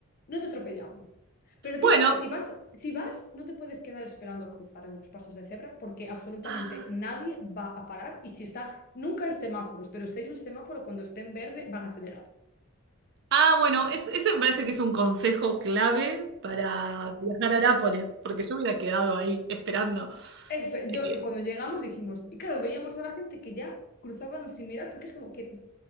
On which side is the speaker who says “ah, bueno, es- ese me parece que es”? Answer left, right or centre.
Right